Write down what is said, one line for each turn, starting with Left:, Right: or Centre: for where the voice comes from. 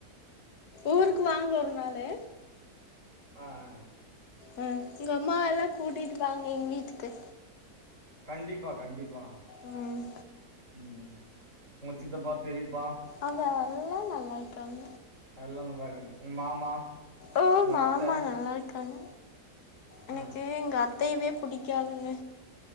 Left: ஊருக்கு
Right: ஆ
Left: வாங்க ஒரு நாளு
Right: ஆ ஆ
Left: அ உங்க அம்மா எல்லா கூட்டிட்டி வாங்க எங்க வீட்டுக்கு
Right: கண்டிப்பா கண்டிப்பா
Left: ம்
Right: ம் உங்க சித்தப்பா பெரியப்பா
Left: அங்க எல்லா நல்லாருக்காங்க
Right: எல்லா நல்லாருக்காங்க உங் மாமா
Left: ஓ
Right: உங்க
Left: மாமா
Right: அத்த
Left: நல்லாருக்காங்க எனக்கு
Right: ஆ
Left: எங்க அத் அத்தையவே புடிக்காதுங்க